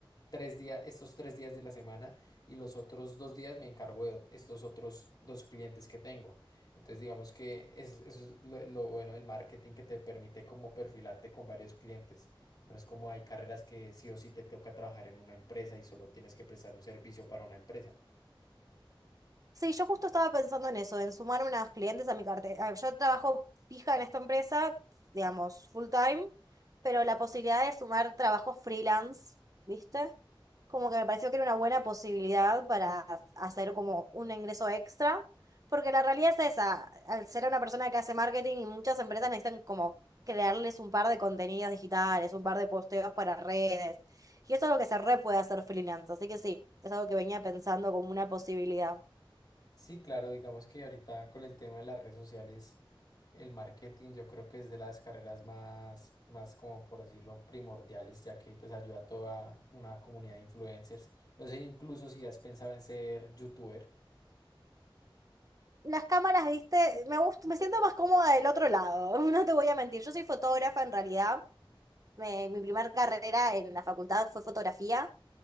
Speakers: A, on the left; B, on the right.
A: tres días, estos tres días de la semana y los otros dos días me encargo de ot- estos otros dos clientes que tengo. Entonces digamos que es- eso es lo, lo bueno del marketing que te permite como perfilarte con varios clientes. No es como hay carreras que sí o sí te toca trabajar en una empresa y solo tienes que prestar un servicio para una empresa.
B: Sí, yo justo estaba pensando en eso, en sumar unas clientes a mi cartera. Yo trabajo fija en esta empresa, digamos, full time, pero la posibilidad de sumar trabajos freelance, ¿viste? Como que me pareció que era una buena posibilidad para hacer como un ingreso extra, porque la realidad es esa, al ser una persona que hace marketing y muchas empresas necesitan como crearles un par de contenidos digitales, un par de posteos para redes, y eso es lo que se re puede hacer freelance, así que sí, es algo que venía pensando como una posibilidad.
A: Sí, claro, digamos que ahorita con el tema de las redes sociales, el marketing yo creo que es de las carreras más, más como por decirlo, primordiales, ya que pues ayuda a toda una comunidad de influencers. No sé, incluso si has pensado en ser youtuber.
B: Las cámaras, viste, me gust- me siento más cómoda del otro lado, <laughs> no te voy a mentir. Yo soy fotógrafa en realidad. Me- mi primera carrera en la facultad fue fotografía